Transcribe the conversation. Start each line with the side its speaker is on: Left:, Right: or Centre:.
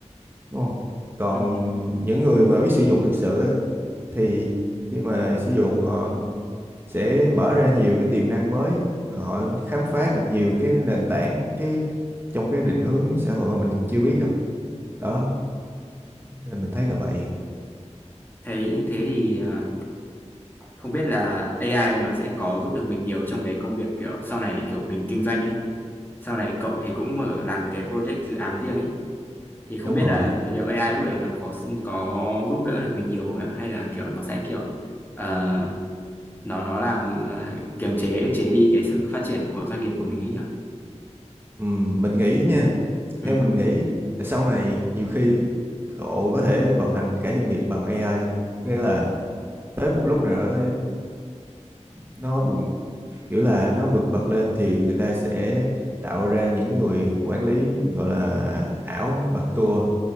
Right: đúng không còn
Left: Ừ.
Right: những người mà biết sử dụng thực sự á, thì khi mà sử dụng họ sẽ mở ra nhiều cái tiềm năng mới họ khám phá được nhiều cái nền tảng cái trong cái định hướng xã hội mà mình chưa biết đâu đó nên mình thấy là vậy
Left: Thấy thế thì ờ, không biết là AI nó sẽ có giúp được mình nhiều trong cái công việc kiểu sau này kiểu mình kinh doanh ấy sau này cậu thì cũng mở làm một cái project dự án riêng ấy thì không
Right: đúng
Left: biết
Right: rồi
Left: là liệu AI lúc đấy nó có có giúp đỡ được mình nhiều không nhỉ hay là kiểu nó sẽ kiểu ờ, nó nó làm ờ, kiềm chế ức chế đi cái sự phát triển của doanh nghiệp của mình ấy nhỉ
Right: Ừm, mình nghĩ nha
Left: ừ
Right: theo mình nghĩ là sau này nhiều khi cậu có thể vận hành cả doanh nghiệp bằng AI luôn nghĩa là tới một lúc nào đó nó bùng kiểu là nó vượt bậc lên thì người ta sẽ tạo ra những người quản lý gọi là ảo và tour